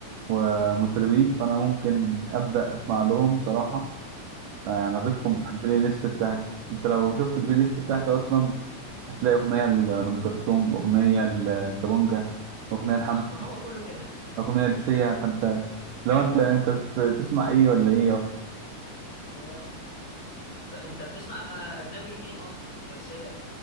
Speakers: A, on the right (about 75°); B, on the left (about 45°).
A: ومطربين فانا ممكن ابدا اسمع لهم بصراحه يعني اضيفهم
B: آه
A: على البلاي ليست بتاعتي انت لو شفت البلاي ليست بتاعتي اصلا هتلاقي اغنيه لام كلثوم اغنيه للكابونجا اغنيه لحمزه
B: آه، ما هو كله كده
A: اغنيه لسيا فانت لو انت انت بتسمع ايه ولا ايه اصلا
B: آه ب- أنت بتسمع أجنبي لمين أصلا غير سيا